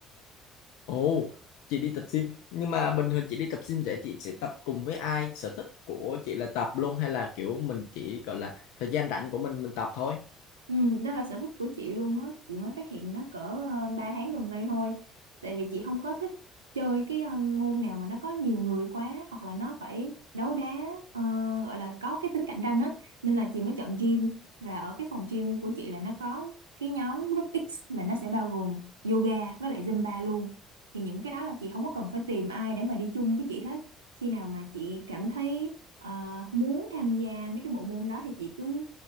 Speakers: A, on the left; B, on the right.
A: ồ chị đi tập gym nhưng mà bình thường chị đi tập gym vậy chị sẽ tập cùng với ai sở thích của chị là tập luôn hay là kiểu mình chỉ gọi là thời gian rảnh của mình mình tập thôi
B: Ừ, đó là sở thích của chị luôn á chị mới phát hiện nó cỡ uh, 3 tháng gần đây thôi tại vì chị không có thích chơi cái ờ, môn nào mà nó có nhiều người quá hoặc là nó phải đấu đá ờ, gọi là có cái tính cạnh tranh á nên là chị mới chọn gym và ở cái phòng gym của chị là nó có cái nhóm group X là nó sẽ bao gồm yoga với lại Zumba luôn thì những cái đó là chị không có cần phải tìm ai để mà đi chung với chị hết khi nào mà chị cảm thấy ờ, muốn tham gia mấy cái bộ môn đó thì chị cứ